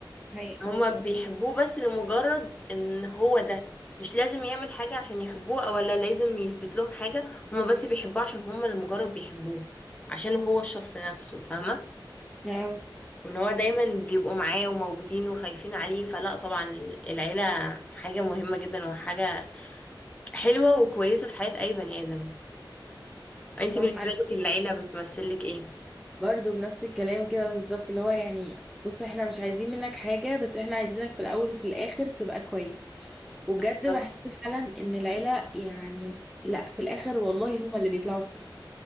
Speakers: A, in the centre; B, on the left (about 15°).
A: حقيقة.
B: هما بيحبوه بس لمجرد ان هو ده مش لازم يعمل حاجة عشان يحبوه او لا لازم يثبت لهم حاجة هما بس بيحبوه عشان هما لمجرد بيحبوه عشان هو الشخص نفسه فاهمة
A: آه،
B: وان هو دايما بيبقوا معاه وموجودين وخايفين عليه فلا طبعا العيلة حاجة مهمة جدا وحاجة حلوة وكويسة في حياة اي بني ادم انتي
A: طب
B: بالنسبة
A: انا
B: لك العيلة بتمثلك ايه
A: برضو بنفس الكلام كده بالظبط اللي هو يعني بص احنا مش عايزين منك حاجه بس احنا عايزينك في الاول وفي الاخر تبقى كويس وبجد
B: بالظبط
A: بحس فعلا ان العيله يعني لا في الاخر والله هما اللي بيطلعوا الصح